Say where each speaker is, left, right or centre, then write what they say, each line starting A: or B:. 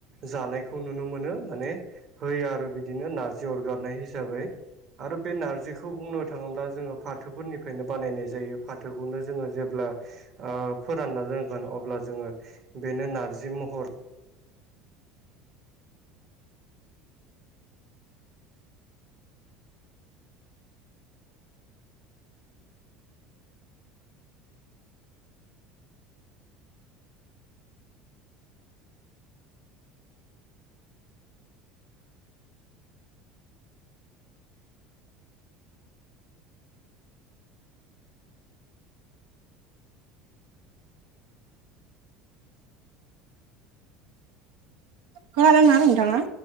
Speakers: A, on the right (about 50°); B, on the right (about 80°).
A: जानायखौ नुनो मोनो माने होयो आरो बिदिनो नारजि अरगारनाय हिसाबै आरो बे नारजिखौ बुंनो थाङोब्ला जोङो फाथोफोरनिफ्रायनो बानायनाय जायो फाथोखौनो जोङो जेब्ला ओ फोरानना दोनगोन अब्ला जोङो बेनो नारजि महर
B: खोनादों ना नोंथाङा